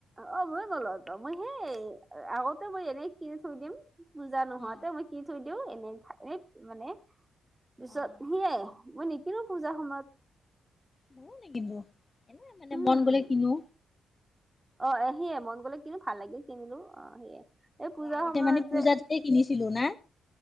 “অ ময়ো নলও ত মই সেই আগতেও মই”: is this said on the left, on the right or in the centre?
Right